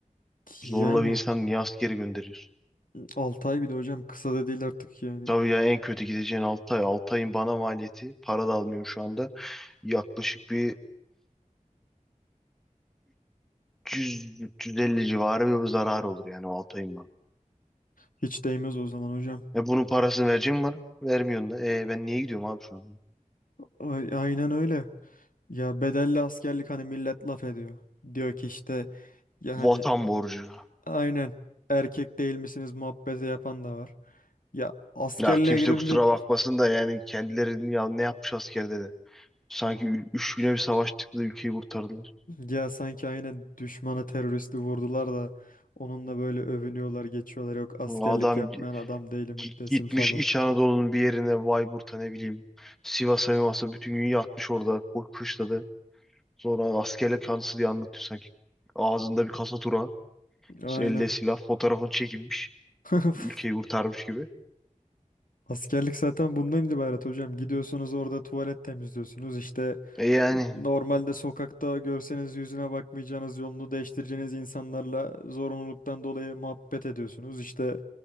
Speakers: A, on the left; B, in the centre.
A: Yani
B: Zorla bir insan niye askere gönderiyorsun?
A: 6 ay bir de hocam kısa da değil artık yani.
B: Tabii ya en kötü gideceğin 6 ay. 6 ayın bana maliyeti. Para da almıyorum şu anda. Yaklaşık bir 300-350 civarı bir zarar olur yani o 6 ayın bana.
A: Hiç değmez o zaman hocam.
B: E bunun parasını verecek mi bana? Vermiyorsun da. E ben niye gidiyorum abi şu an?
A: Ay- Aynen öyle. Ya bedelli askerlik hani millet laf ediyor. Diyor ki işte ya hani
B: Vatan borcu.
A: aynen erkek değil misiniz muhabbeti yapan da var. Ya askerliğe
B: Ya kimse
A: gidince
B: kusura bakmasın da yani kendilerini ya ne yapmış askerde de. Sanki ü- üç güne bir savaştık da ülkeyi kurtardılar.
A: Ya sanki aynen düşmana teröristi vurdular da onunla böyle övünüyorlar geçiyorlar yok askerlik
B: Adam
A: yapmayan
B: gi-
A: adam değilim
B: gi-
A: desin
B: gitmiş
A: falan.
B: İç Anadolu'nun bir yerine Bayburt'a ne bileyim Sivas'a Mivas'a bütün gün yatmış orada bu kışladı. Sonra askerlik anısı diye anlatıyor sanki. Ağzında bir kasa tura,
A: Aynen.
B: elde silah, fotoğrafını çekilmiş.
A: <laughs>
B: Ülkeyi kurtarmış gibi.
A: Askerlik zaten bundan ibaret hocam. Gidiyorsunuz orada tuvalet temizliyorsunuz. İşte
B: E yani
A: n- normalde sokakta görseniz yüzüne bakmayacağınız, yolunu değiştireceğiniz insanlarla zorunluluktan dolayı muhabbet ediyorsunuz. İşte